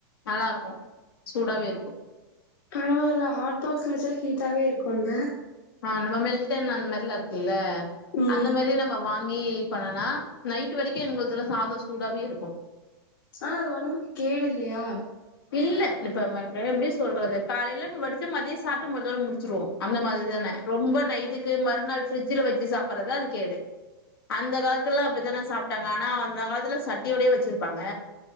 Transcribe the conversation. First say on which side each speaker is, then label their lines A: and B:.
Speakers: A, on the left; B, on the left.
A: நல்லாருக்கும் சூடாவே இருக்கும்
B: பரவால்ல ஹாட்பாக் ஸ்ல வச்சா ஹீட்டாவே இருக்குல்ல
A: ஆஹ் நம்ம மெல்ட்டன் அந்த மாரில்லா இருக்குல்ல
B: ம்
A: அந்த மாதிரி நம்ம வாங்கி பண்ணுனா நைட் வரைக்கும் இவுங்களுக்கலா சாதம் சூடாவே இருக்கும்
B: ஆஹ் அது உடம்புக்கு கேடு இல்லையா
A: இல்ல இப்ப ம வ எப்டி சொல்றது காலேல வடுச்சா மதியம் சாப்பிட்டு முழுதோ முடிச்சுருவோம் அந்த மாதிரி தான ரொம்ப நைட்டுக்கு மறுநாள் ஃபிரிட்ஜ்ல வச்சு சாப்பட்றது அது கேடு அந்த காலத்துலாம் அப்டித்தான சாப்ட்டாங்க ஆனா அந்த காலத்துல சட்டியோடயே வச்சிருப்பாங்க